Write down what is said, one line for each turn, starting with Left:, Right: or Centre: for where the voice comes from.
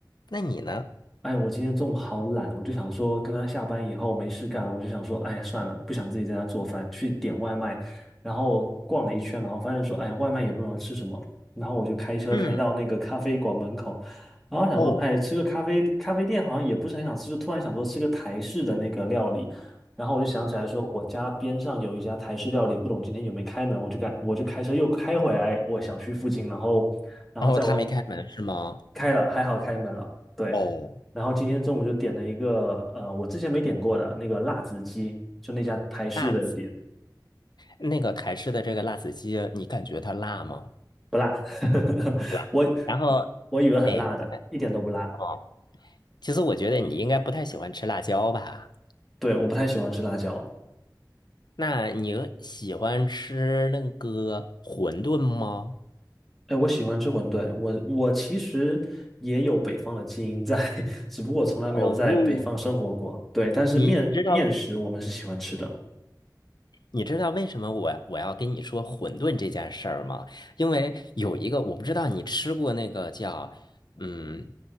Left: 那你呢？
Centre: 哎，我今天中午好懒，我就想说，刚刚下班以后没事干，我就想说，哎，呀，算了，不想自己在家做饭，去点外卖。然后逛了一圈，然后发现说，哎，呀，外卖也不知道吃什么。然后我就开车开到那个咖啡馆门口，
Left: 嗯，
Centre: 然后想说，
Left: 哦，
Centre: 哎，吃个咖啡，咖啡店好像也不是很想吃，就突然想说吃个台式的那个料理。然后我就想起来说，我家边上有一家台式料理，不懂今天有没开门，我就开我就开车又开回来我小区附近，然后然后在我
Left: 然后他没开门是吗？
Centre: 开了，还好开门了，对。
Left: 哦，
Centre: 然后今天中午就点了一个呃，我之前没点过的那个辣子鸡，就那家台式的店，
Left: 辣子，那个台式的这个辣子鸡，你感觉它辣吗？
Centre: 不辣，<laughs>
Left: 辣。
Centre: 我
Left: 然后，
Centre: 我以为很辣的，
Left: 哎，
Centre: 一点都不辣。
Left: 哦，其实我觉得你应该不太喜欢吃辣椒吧。
Centre: 对，我不太喜欢吃辣椒，
Left: 那你喜欢吃那个馄饨吗？
Centre: 哎，我喜欢吃馄饨，我我其实也有北方的基因在，<laughs> 只不过我从来没有在北方生活过。
Left: 哦，
Centre: 对，但是面面食我们是喜欢吃的，
Left: 你你知道你知道为什么我我要跟你说馄饨这件事儿吗？因为有一个我不知道你吃过那个叫嗯